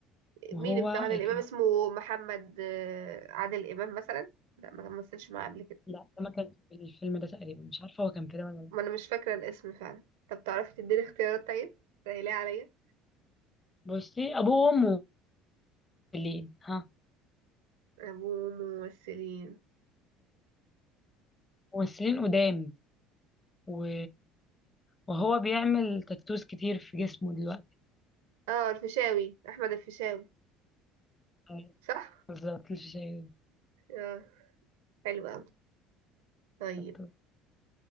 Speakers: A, on the left; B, on the right.
A: وهو
B: مين ابن عادل امام
A: كان
B: اسمه محمد آه، عادل امام مثلا لا ما مثلش معاه قبل كده
A: لا ده ما كان في الفيلم ده تقريبا مش عارفه هو كان في ده ولا لا
B: ما انا مش فاكره الاسم فعلا طب تعرفي تديني اختيارات طيب سهليه عليا
A: بصي ابوه وامه ممثلين ها
B: ابوه ممثلين
A: ممثلين قدام و... وهو بيعمل تاتوز كتير في جسمه دلوقتي
B: اه الفيشاوي احمد الفيشاوي
A: آه،
B: صح
A: بالظبط مش شايف
B: اه حلو قوي طيب
A: ستور.